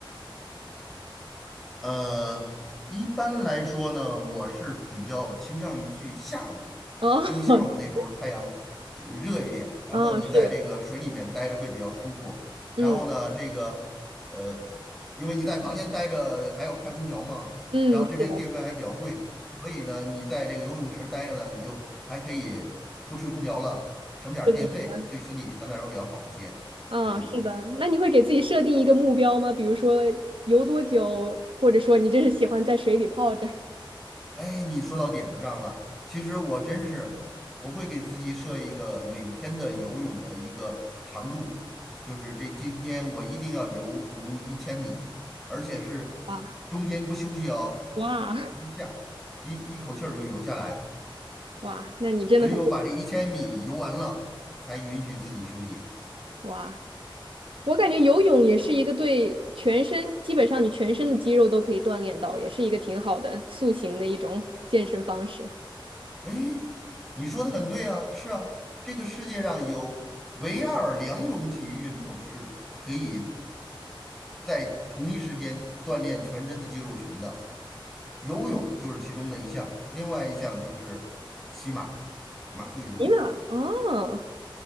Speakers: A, in the centre; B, on the right.
A: 呃，一般来说呢，我是比较倾向于去下午，
B: 哦，<laughs>
A: 因为下午那时候太阳热一点，然后你在这个水里面待着会比较舒服。
B: 哦，是的，是的，
A: 然后呢，
B: 嗯
A: 这个呃，因为你在房间待着还要开空调嘛，
B: 嗯，
A: 然后这边电费还比较贵，
B: 是的，
A: 所以呢，你在这个游泳池待着呢，你就还可以不吹空调了，省点儿电费，
B: 是的，是的，
A: 对身体相对来说比较好一些。
B: 啊，
A: 嗯。
B: 是的。那你会给自己设定一个目标吗？比如说游多久，或者说你真是喜欢在水里泡着？
A: 哎，你说到点子上了。其实我真是，我会给自己设一个每天的游泳的一个长度，就是这今天我一定要游足一千米，而且是中间不休息哦，
B: 哇哇
A: 一下一一口气儿就游下来，
B: 哇！那你真的很
A: 只有把这一千米游完了，才允许自己休息。
B: 哇！我感觉游泳也是一个对全身，基本上你全身的肌肉都可以锻炼到，也是一个挺好的塑形的一种健身方式。
A: 哎，你说的很对啊，是啊，这个世界上有唯二两种体育运动是可以。在同一时间锻炼全身的肌肉群的。游泳就是其中的一项，另外一项就是骑马，马术运动。
B: 尼玛，哦。